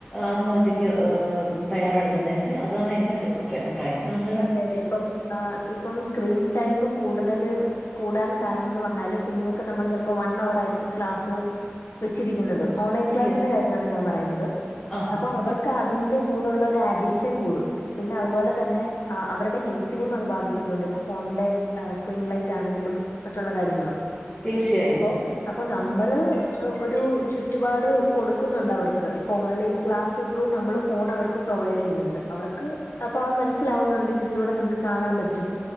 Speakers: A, on the left; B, on the left.
A: ആത്മഹത്യക്ക്ചെ ഏഹ് തയ്യാറെട്ക്ക്ന്നെക്കെ അതാന്ന് എന്റെ അഫെ അഭി പ്രായം താങ്ങ
B: അതെ അതെ ഇപ്പം ഏ ഇപ്പം സ്ക്രീൻ ടൈം കൂടുതല് കൂടാൻ കാരണംന്ന് പറഞ്ഞാല് കുഞ്ഞുങ്ങൾക്ക് നമ്മള് ചെലപ്പോ വൺ അവർ ആയിരിക്കും ക്ലാസ് വെച്ചിരിക്ക്ന്നത്. ഓൺലൈൻ ക്ലാസിന്റെ
A: യെസ്
B: കാര്യാണ് ഞാൻ പറയ്ന്നത്
A: ആഹ്
B: അപ്പോ അവർ ക്ക് അതിന്റെ കൂടെള്ള ഒരു അഡിഷൻ കൂടും പിന്നെ അത്പോലെ തന്നെ ആ അവര്ടെ ഹെൽത്തിനേം അത് ബാധിക്ക്ന്നുണ്ട് ഇപ്പൊ ഫോണിന്റെ സ്ക്രീൻലൈറ്റ് ആണെങ്കിലും മറ്റ്ള്ള കാര്യങ്ങളും
A: തീർച്ചയായും.
B: അപ്പൊ അപ്പൊ നമ്മള് ഒരു ചുറ്റുപാട് കൊടുക്കുന്നുണ്ട് അവർക്ക് ഇപ്പൊ ഓൺലൈൻ ക്ലാസ്സ് ഉ ഫോൺ അവർക്ക് പ്രൊവൈഡ് ചെയ്യുന്നുണ്ട് അവർക്ക് അപ്പൊ ആ മൻ ലാവുന്നുണ്ട് ഇതിലൂടെ നമുക്ക് കാണാൻ പറ്റും